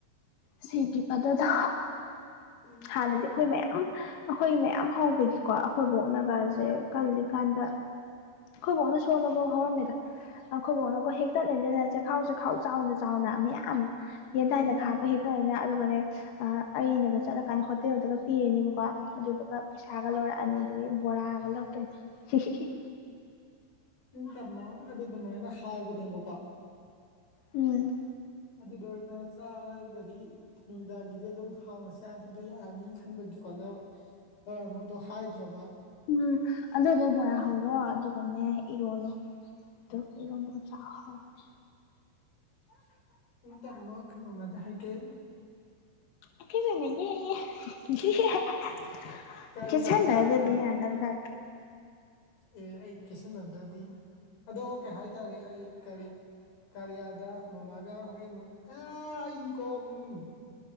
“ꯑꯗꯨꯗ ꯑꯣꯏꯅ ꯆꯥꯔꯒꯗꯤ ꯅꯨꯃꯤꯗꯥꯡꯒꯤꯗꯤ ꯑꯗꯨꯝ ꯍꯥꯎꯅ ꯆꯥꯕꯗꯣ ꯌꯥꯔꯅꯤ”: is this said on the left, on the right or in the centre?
Left